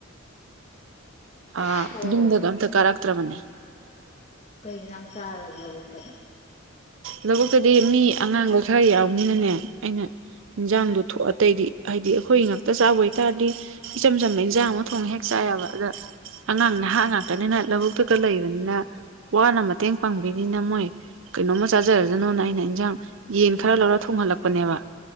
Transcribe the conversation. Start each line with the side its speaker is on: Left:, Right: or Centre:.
Right: ꯑ
Left: ꯑꯣ
Right: ꯌꯨꯝꯗꯒ ꯑꯝꯇ ꯀꯥꯔꯛꯇ꯭ꯔꯕꯅꯦ
Left: ꯀꯩ ꯏꯟꯖꯥꯡ ꯆꯥꯔꯕ ꯂꯧꯕꯨꯛꯇꯅ꯫
Right: ꯂꯧꯕꯨꯛꯇꯗꯤ ꯃꯤ ꯑꯉꯥꯡꯗꯣ ꯈꯔ ꯌꯥꯎꯅꯤꯅꯅꯦ ꯑꯩꯅ ꯏꯟꯖꯥꯡꯗꯣ ꯊꯣꯡ ꯑꯇꯩꯗꯤ ꯍꯥꯏꯗꯤ ꯑꯩꯈꯣꯏ ꯉꯥꯛꯇ ꯆꯥꯕ ꯑꯣꯏꯇꯥꯥꯔꯗꯤ ꯏꯆꯝ ꯆꯝꯕꯥ ꯏꯟꯖꯥꯡ ꯑꯃ ꯊꯣꯡꯉ ꯍꯦꯛ ꯆꯥ ꯌꯥꯕ ꯑꯗ ꯑꯉꯥꯡ ꯅꯍꯥ ꯉꯥꯛꯇꯅꯤꯅ ꯂꯧꯕꯨꯛꯇꯗ ꯂꯩꯕꯅꯤꯅ ꯋꯥꯅ ꯃꯇꯦꯡ ꯄꯥꯡꯕꯤꯔꯤꯅꯤꯅꯥ ꯃꯣꯏ ꯀꯩꯅꯣꯃ ꯁꯨꯝ ꯆꯥꯖꯔꯁꯥꯅꯣꯅ ꯑꯩꯅ ꯏꯟꯖꯥꯡ ꯌꯦꯟ ꯈꯔ ꯂꯧꯔ ꯊꯣꯡꯍꯜꯂꯛꯄꯅꯦꯕ꯫